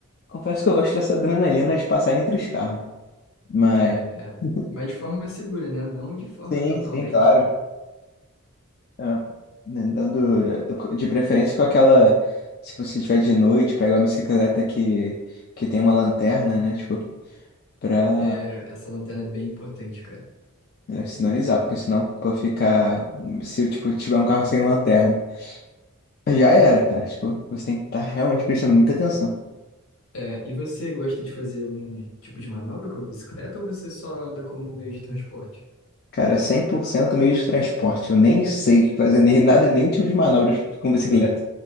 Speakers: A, on the left; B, on the left.
A: Confesso que eu gosto dessa adrenalina de passar entre os carros. Mas,
B: É, é.
A: <laughs>
B: Mas de forma segura, né? Não de forma
A: sim,
B: totalmente.
A: sim, claro. É, né, Dando, eh, de preferência com aquela. Se você tiver de noite, pegar uma bicicleta que, que tem uma lanterna, né? Tipo, pra
B: É, essa lanterna é bem importante, cara.
A: é, sinalizar, porque senão, pô, ficar. Se, tipo, tiver um carro sem lanterna, já era, cara. Tipo, você tem que estar realmente prestando muita atenção.
B: É, e você gosta de fazer algum tipo de manobra com a bicicleta ou você só anda como meio de transporte?
A: Cara, é 100% meio de transporte. Eu nem sei fazer nem nada, nenhum tipo de manobra com bicicleta.